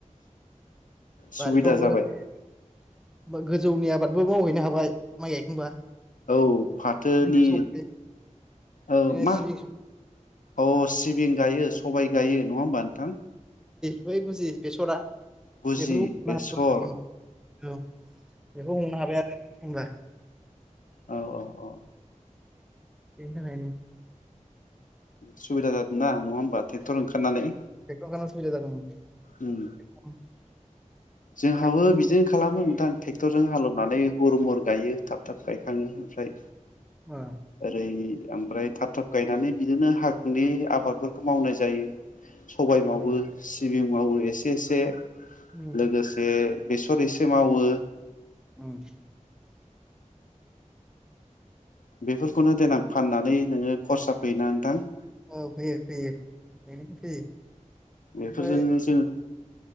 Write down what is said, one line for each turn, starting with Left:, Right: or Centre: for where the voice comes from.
Left: सुबिदा
Centre: बारिफ्रावबो
Left: जाबाय
Centre: गोजौनि आबाद बो मावहैनो हाबाय माइ गायखांबा।
Left: औ फाथोनि
Centre: बिदिनो सबाय
Left: औ
Centre: बिदिनो
Left: मा
Centre: सिबिं
Left: औ औ सिबिं गायो सबाइ गायो। नङा होमबा नोंथां?
Centre: जय बुजि बेसरा
Left: गुजि
Centre: बेफोरखौ
Left: बेसर।
Centre: हमनो हाबाय औ। बेखौ हमनो हाबाय आरो होनबा।
Left: औ औ औ।
Centre: बेनि‌ थाखायनो।
Left: सुबिदा जादों ना। नङा होमबा ट्रेक्टर ओंखारनानै?
Centre: <unintelligible>
Left: उम जोंहाबो
Centre: थाब
Left: बिदिनो खालामो नोंथां टेक्टरजों हालेवनानै हुर मुर। गायो थाब थाब। गायखाङो ओमफ्राय
Centre: ओ
Left: ओरै ओमफ्राय। थाब थाब गायनानै। बिदिनो हाखुनि आबादफोर खौ मावनाय जायो। सबाय
Centre: उम
Left: मावो सिबिं मावो एसे एसे।
Centre: उम
Left: लोगोसे। बेसर एसे मावो।
Centre: ओं।
Left: <unintelligible> खौनो देनां फाननानै नोङो खरसा फैयोना नोंथां।
Centre: औ फैयो <unintelligible> ओमफ्राय
Left: बेफोरजोंनो जोङो।